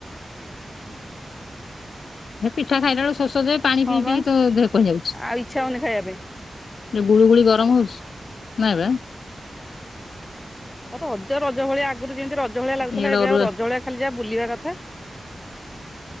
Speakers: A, on the left (about 90°); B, on the left (about 25°).
A: ହେପିଠା ଖାଇଲା ବେଳକୁ ଶୋଷଯେ ପାଣି
B: ହଁ
A: ପିଇ
B: ବା
A: ପିଇ ତୋଦେହ କଣ ହେଇଯାଉଚି।
B: ଆଉ ଇଚ୍ଛା ହଉନି ଖାଇବା ପାଇଁ।
A: ଯଉ ଗୁଳୁ ଗୁଳି ଗରମ୍ ହଉଚି ନାଇଁବା।
B: ଆଉ ରଜ ରଜ ଭଳିଆ ଆଗରୁ ଯେମିତି ରଜ ଭଳିଆ ଲାଗୁଥିଲା
A: ଇଆଡେ
B: ଏବେ
A: ଅରୁଆ
B: ଆଉ ରଜ ଭଳିଆ ଖାଲି ଯାହା ବୁଲିବା କଥା।